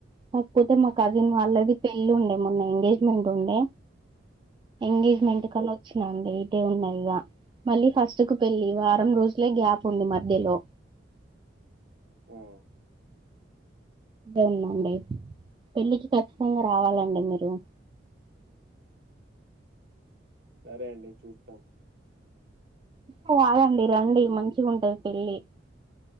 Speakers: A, on the right; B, on the right.
A: నక్ కోడ్ తే మా కజిన్ వాళ్ళది
B: హ్మ్.
A: పెళ్లి ఉండే మొన్న ఎంగేజ్మెంట్ ఉండే ఎంగేజ్మెంట్
B: ఓహ్!
A: కనొచ్చు నాండి ఇటే ఉన్నా ఇగా మళ్ళీ ఫస్ట్ కు పెళ్లి వారం రోజులే గ్యాప్ ఉంది మధ్యలో
B: అ
A: ఉందండి పెళ్ళికి ఖచ్చితంగా రావాలండి మీరూ
B: సరే అండి చూస్తాం
A: కాదండి రండి మంచిగా ఉంటాది పెళ్లి